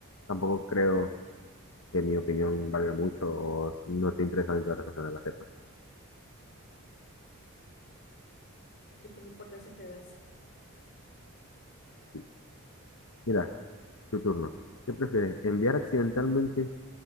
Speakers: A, on the left (about 65°); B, on the left (about 50°).
A: tampoco creo que mi opinión valga mucho o no esté interesado en que otras personas la sepan.
B: Qué poca importancia te das.
A: Sí. Mira, tu turno. ¿Qué prefieres? ¿Enviar accidentalmente